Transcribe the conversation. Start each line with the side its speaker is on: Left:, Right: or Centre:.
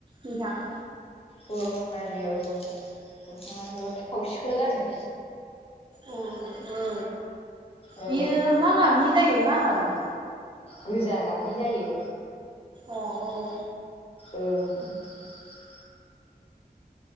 Right: नोंथां
Left: बर हारियाव दखनाखौ थावसिखौनो गानो
Right: अ औ
Left: औ
Right: बियो मा गाबनि जायो मा गाबनि
Left: गोजा गाबनि जायो
Right: अ औ
Left: औ